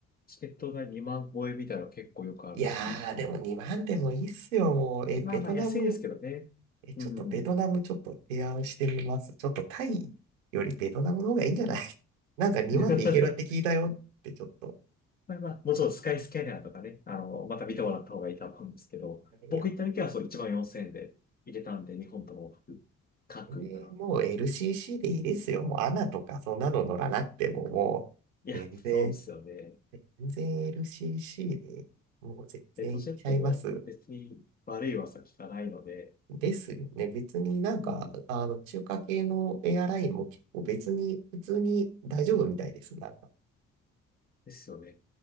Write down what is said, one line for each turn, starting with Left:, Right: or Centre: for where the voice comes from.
Left: チケット代2万超えみたいなの結構よくあるっていうか、
Right: いやー、でも2万でもいいっすよ、もう。
Left: いや、
Right: え、ベトナム、
Left: まあまあ安いですけどね。
Right: え、ちょっとベトナムちょっと提案してみます。
Left: うん。
Right: ちょっとタイよりベトナムの方がいいんじゃない <laughs> なんか2万でいけるって聞いたよってちょっと。
Left: <laughs> まあまあ、もちろんスカイスキャナーとかね、あの、また見てもらった方がいいと思うんですけど、
Right: えいや、
Left: 僕行った時はそう1万4000円で入れたんで、
Right: も
Left: 日本とも各国かな。
Right: う全然もう LCC でいいですよ。もうアナとかそんなの乗らなくてももう。
Left: いや、
Right: 全然
Left: そうですよね。
Right: 全然 LCC でもう全然いっちゃいます。
Left: レッドジェットも別に悪い噂聞かないので、
Right: ですよね。別になんか、
Left: うん。
Right: あの、中華系のエアラインも結構別に、普通に大丈夫みたいです。なんか、
Left: ですよね。